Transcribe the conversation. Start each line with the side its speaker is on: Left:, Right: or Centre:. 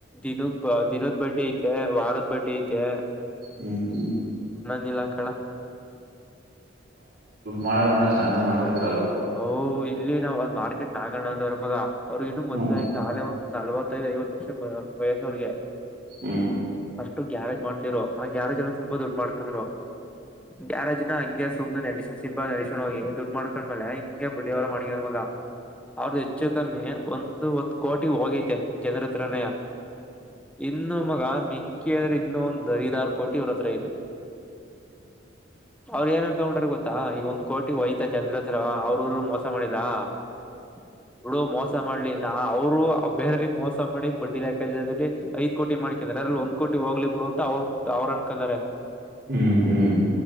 Centre: ದಿನೂ ದಿನದ ಬಡ್ಡಿ ಐತೆ ವಾರದ ಬಡ್ಡಿ ಐತೆ.
Right: ಹ್ಮ್ ಹ್ಮ್.
Centre: ನಿಲಕಳ.
Right: ಮಾಡು ಮಾಡು ಚೆನ್ನಾಗ್ ಮಾಡ. ತರಲ್ಲ ಅಲ್ವ
Centre: ಅವು ಇಲ್ಲಿ ನಾವು ಒಂದ ಮಾರ್ಕೆಟ್ ಆಗೋಣ ಅಂದ್ರ ಮಗ. ಅವ್ರರು ಇನ್ನೂ
Right: ಅಷ್ಟ
Centre: ಮದ್ವೆ ಆಗಿಲ್ಲ ಆಗ್ಲೇ ಒಂದ್ ನಲವತ್ತೈದು ಐವತ್ತು ವರ್ಷ ವಯಸ್ಸವ್ರಿಗೆ.
Right: ಹ್ಮ.
Centre: ಅಷ್ಟು ಗ್ಯಾರೇಜ್ ಮಾಡ್ತಿರರು. ಆ ಗ್ಯಾರೇಜ್ಲ್ಲ ಸ್ವಲ್ಪ ದುಡ್ಡ ಮಾಡ್ಕಂಡ್ರು ಗ್ಯಾರೇಜ್ ನ ಅಂಗೆ. ಸುಮ್ನೆ ನಡಿಶನ್ ದುಡ್ಡು ಮಾಡ ಮೇಲೆ ಹಿಂಗೆ ಬಡ್ಡಿ ವ್ಯವಹಾರ ಮಾಡಿಕೊಂಡು ಮಗ. ಅವ್ರ್ ದ್ ಹೆಚ್ಚು ಕಮ್ಮಿ ಒಂದು ಹತ್ ಕೋಟಿ ಹೋಗೈತೆ ಜನರ ಹತ್ರನೆಯ ಇನ್ನು ಮಗ ಮಿಕ್ಕಿ ಅಂದ್ರೆ ಇನ್ನೊಂದ್ ದೈದಾರ್ ಕೋಟಿ ಅವ್ರ್ ಹತ್ರ ಐತೆ. ಅವ್ರ್ ಏನನ್ಕೊಂಬಿಟ್ಟೋರ್ ಗೊತ್ತಾ ಈಗ ಒಂದ್ ಕೋಟ್ <unintelligible> ಹೋಯ್ತೈತ್ ಅಂದ್ರೆ <unintelligible> ಅವ್ರು ಮೋಸ ಮಾಡಿರ <unintelligible> ಮೋಸ ಮೋಸ ಮಾಡ್ಲಿ ನಾ ಅವ್ರು ಬೇರ್ರಿಗೆ ಮೋಸ ಮಾಡಿ ಬಡ್ಡಿ ಹಾಕೋ ಜಾಗದಲ್ಲಿ ಐದ್ ಕೋಟಿ ಮಾಡ್ಕಂದ್ರ ಅದ್ರಲ್ ಒಂದ್ ಕೋಟಿ ಹೋಗ್ಲಿ ಬಿಡು ಅಂತ ಅವ್ರ ಅವ್ರ ಅನ್ಕಂತಾರೆ
Right: ಹ್ಮ್ ಹ್ಮ್